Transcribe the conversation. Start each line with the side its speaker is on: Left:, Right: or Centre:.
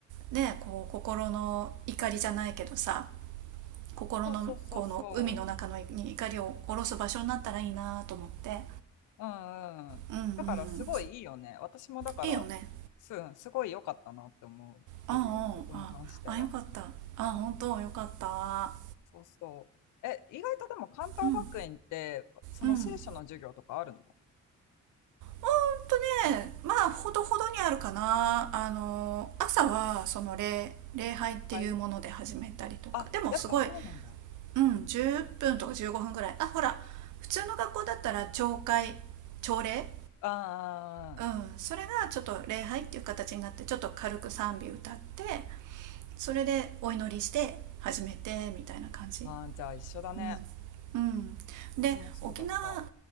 Right: ねこう心の怒りじゃないけどさ心のこの海の中のに怒りを下ろす場所になったらいいなと思って
Left: そうそうそうそう。うんうん。
Right: うんうん
Left: だからすごいいいよね。私もだから、
Right: いいよね
Left: す、うんすごい良かったなって思ってるよ。
Right: あ
Left: そこに関しては。
Right: あああああよかったああ本当よかった
Left: そうそう。え、意外とでも関東学院って、
Right: うん
Left: その聖書の授業とかあるの
Right: うんほんとねまあほどほどにあるかなあの朝はその礼礼拝っていうもので始めたりとかでもすごい、
Left: はい。あ、やっぱそうなんだ。
Right: うん、10分とか15分ぐらいあほら普通の学校だったら朝会朝礼
Left: あ
Right: うんそれがちょっと礼拝っていう形になってちょっと軽く賛美歌って
Left: ー
Right: それでお祈りして始めてみたいな感じ
Left: あー、あじゃあ一緒だね。
Right: うん、うん、で沖縄
Left: うちもそうだった。